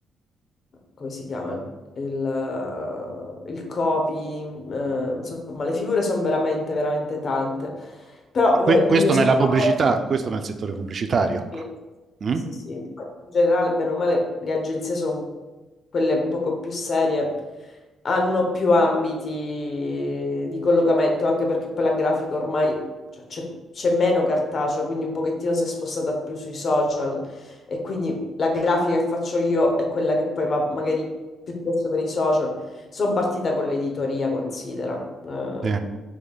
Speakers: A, on the left; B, on the right.
A: come si chiama? Il, il copy, eh, insomma, le figure sono veramente, veramente tante. Però
B: Que-
A: eh, il
B: questo
A: mio settore...
B: nella pubblicità, questo nel settore pubblicitario.
A: Sì,
B: Mm?
A: sì, sì. In generale, bene o male, le agenzie sono quelle un poco più serie, hanno più ambiti di collocamento, anche perché poi la grafica ormai cioè, c'è c'è meno cartaceo, quindi un pochettino si è spostata più sui social e quindi la grafica che faccio io è quella che poi va magari piuttosto per i social. Sono partita con l'editoria, considera. Eh,
B: Sì,